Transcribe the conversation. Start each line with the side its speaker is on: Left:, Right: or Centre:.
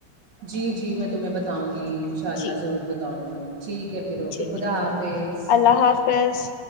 Right: جی جی میں تمہیں بتاؤں گی ج اننشاء اللہ
Left: جی
Right: ضرور بتاؤں گی میں تو ٹھیک ہے پھر اوکے
Left: ٹھیک
Right: خدا حافظ
Left: اللہ حافظ